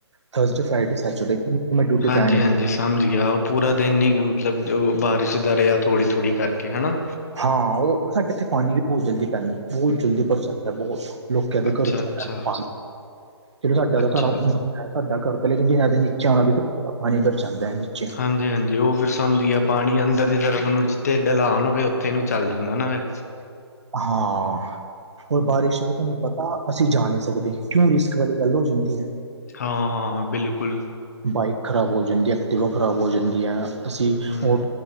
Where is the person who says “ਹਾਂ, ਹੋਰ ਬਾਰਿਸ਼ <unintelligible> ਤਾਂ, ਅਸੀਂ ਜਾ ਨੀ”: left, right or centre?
Right